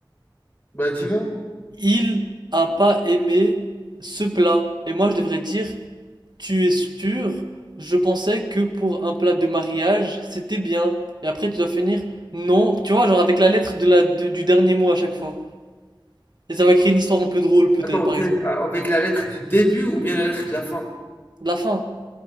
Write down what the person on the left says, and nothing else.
Bah dis-moi.
Attends,
c'est avec la lettre du début ou bien la lettre de la fin?